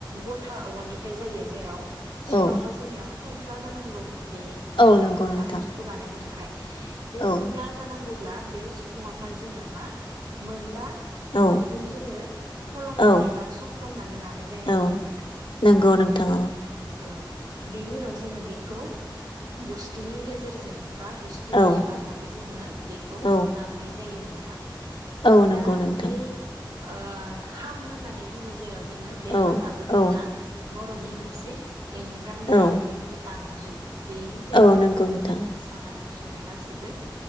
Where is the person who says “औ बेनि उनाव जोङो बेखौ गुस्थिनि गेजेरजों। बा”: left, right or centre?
Right